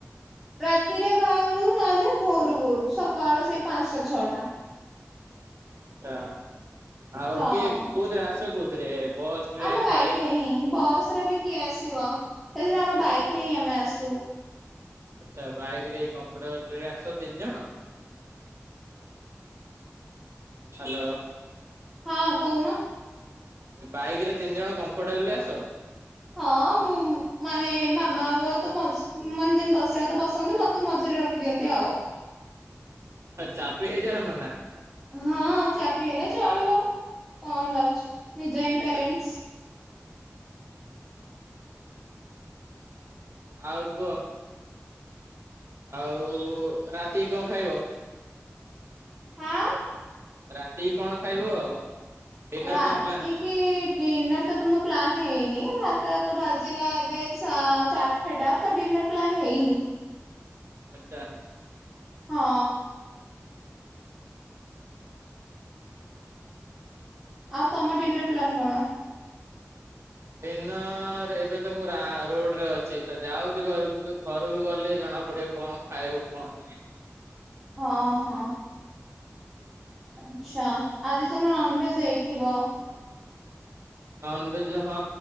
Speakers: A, in the centre; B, on the right.
A: ରାତିରେ ବାହାରୁ ନହେଲେ ଭୋରୁ ଭୋରୁ ସକାଳ ସେଇ ପାଞ୍ଚଟା ଛଅଟା।
B: ଆଛା ଆଉ
A: ହଁ
B: କିଏ କୋଉଥିରେ ଆସ କୋଉଥିରେ ଏ ବସ୍। ଟ୍ରେନ
A: ଆମ ବାଇକ
B: ବାଇକ୍
A: ରେ ହିଁ ବସ୍ ରେ ବି କିଏ ଆସିବ ସେଥିପାଇଁ ଆମ ବାଇକ ରେ ହିଁ ଆମେ ଆସୁ।
B: ଆଚ୍ଛା ବାଇକ ରେ କମ୍ଫୋଟେବୁଲ ରେ ଆସ ତିନିଜଣ। ହ୍ୟାଲୋ।
A: ହଁ କହୁନ।
B: ବାଇକ ରେ ତିନି ଜଣ କମ୍ଫର୍ଟେବୁଲ ରେ ଆସ।
A: ହଁ ମୁଁ ମାନେ ମାମା ବାବା ତ ମଝି ମାନେ ଯେମିତି ବସିବା କଥା ତ ବସନ୍ତି ମତେ ମଝିରେ ରଖିଦିଅନ୍ତି ଆଉ।
B: ଚାପି ହେଇଯାଅ ନ ନା।
A: ହଁ ଚାପି ହେଲେ ଚଳିବ କଣ ଯାଉଛି ନିଜ
B: ଆଚ୍ଛା
A: ହିଁ ପ୍ୟାରେଣ୍ଟସ୍।
B: ଆଉ କୁହ। ଆଉ ରାତିକି କଣ ଖାଇବ?
A: ହାଁ।
B: ରାତିକି କଣ ଖାଇବ? ଡିନର
A: ରାତି
B: କଣ ପ୍ଲାନ୍?
A: କି? ଡିନର ତ ଏ ପର୍ଯ୍ୟନ୍ତ ପ୍ଲାନ୍ ହେଇନି ମାତ୍ର ତ ବାଜିିଲା ଏବେ ସା ତ ଡିନର ପ୍ଲାନ୍ ହେଇନି।
B: ଆଚ୍ଛା।
A: ହଁ। ଆଉ ତମ ଡିନର ପ୍ଲାନ କଣ?
B: ଡିନର ଏବେ ତ ମୁଁ ରା ରୋଡରେ ଅଛି ତ ଯାଉଛି ଘରକୁ। ଘରକୁ ଗଲେ ଜଣା ପଡିବ କଣ? ଖାଇବାକୁ କଣ?
A: ହଁ-ହଁ। ଆଚ୍ଛା, ଆଜି ତାହାଲେ ନନଭେଜ୍ ହେଇଥିବ?
B: ନନଭେଜ୍ ହଁ,